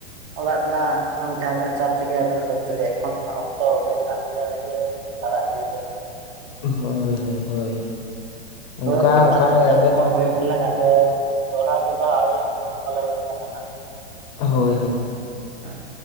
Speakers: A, on the right; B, on the left.
A: ᱚᱲᱟᱜ ᱨᱮᱱᱟᱜ ᱡᱟᱦᱟᱸ ᱛᱤᱱᱟᱹᱜ ᱪᱟᱯ ᱛᱮᱜᱮ ᱟᱵᱤᱱᱟᱜ ᱰᱩᱠᱛᱟᱲᱤ ᱮᱠᱷᱚᱱ ᱚᱠᱛᱚ ᱩᱢ ᱨᱮᱱᱟᱜ ᱛ ᱨᱮᱜᱮ ᱟᱲᱟᱜ ᱤᱫᱤ ᱯᱮ
B: ᱦᱳᱭ ᱦᱳᱭ ᱦᱳᱭ
A: ᱦᱳᱭ
B: ᱚᱱᱠᱟ
A: ᱜᱚᱢᱠᱮ ᱛᱟᱦᱞᱮ
B: ᱚᱠᱟᱨᱮ
A: ᱴᱟᱭᱤᱢ
B: ᱟᱵᱮᱱ
A: ᱠᱚᱢᱟ ᱦᱩᱭᱮᱱ ᱛᱞᱟᱝᱼᱟ ᱫᱚ ᱫᱚᱲᱦᱟ ᱟᱨ ᱢᱤᱫ <inaudible> ᱦᱟᱸᱜ
B: ᱦᱳᱭ ᱦᱳᱭ ᱦᱳᱭ
A: ᱦᱮᱸ